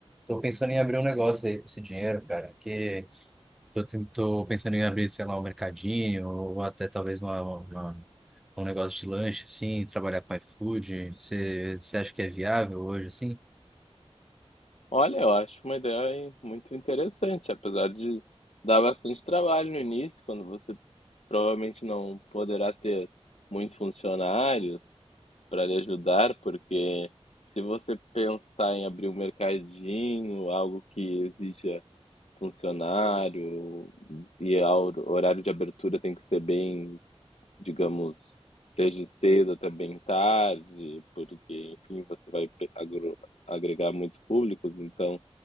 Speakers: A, in the centre; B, on the left.
A: tô pensando em abrir um negócio aí com esse dinheiro, cara. Que Tô, ten- tô pensando em abrir, sei lá, um mercadinho ou até talvez uma, uma- um negócio de lanche, assim, trabalhar com iFood. Você você acha que é viável hoje, assim?
B: Olha, eu acho uma ideia hein, muito interessante, apesar de dar bastante trabalho no início, quando você provavelmente não poderá ter muitos funcionários para lhe ajudar, porque se você pensar em abrir um mercadinho, algo que exija funcionário e a hor- o horário de abertura tem que ser bem digamos, desde cedo até bem tarde, porque, enfim, você vai agregar muitos públicos, então